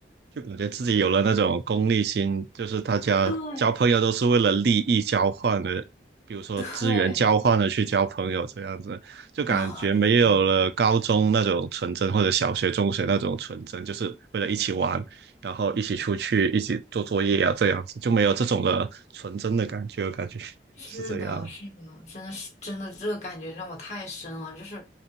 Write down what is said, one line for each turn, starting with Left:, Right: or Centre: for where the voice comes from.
Right: 就感觉自己有了那种功利心，就是大家交朋友都是为了利益交换的，
Left: 对，
Right: 比如说资源交换的去交朋友这样子，
Left: 对，<laughs>
Right: 就感觉没有了高中那种纯真，
Left: 哦，是的。
Right: 或者小学、中学那种纯真，就是为了一起玩，然后一起出去，一起做作业啊，这样子就没有这种的纯真的感觉，我感觉 <laughs>
Left: 是的，
Right: 是这样。
Left: 是的，真的是真的，这个感觉让我太深了。就是，